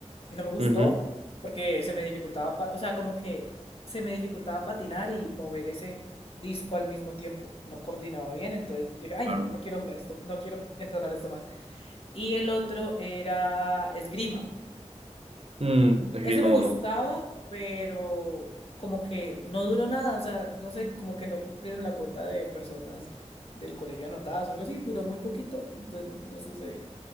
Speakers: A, on the left (about 50°); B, on the right (about 55°).
A: y no me gustó
B: Ujú,
A: porque se me dificultaba, pa- o sea, como que se me dificultaba patinar y mover ese disco al mismo tiempo, no coordinaba bien, entonces dije, ay
B: claro.
A: no, no quiero jugar esto, no quiero entrenar esto más. Y el otro era esgrima.
B: Mm, esgrima
A: Ese me
B: mono.
A: gustaba, pero como que no duró nada, o sea, no sé, como que no cumplieron la cuota de personas del colegio anotadas o algo así, duró muy poquito, entonces no, no sucedió.